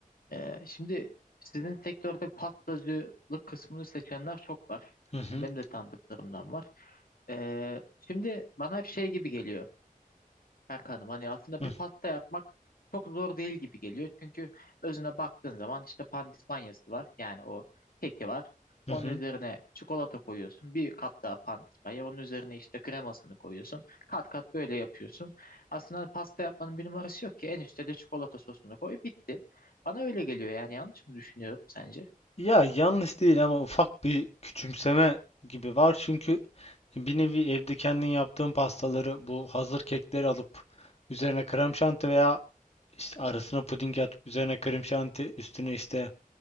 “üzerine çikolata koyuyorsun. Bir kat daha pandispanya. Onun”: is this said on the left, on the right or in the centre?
Left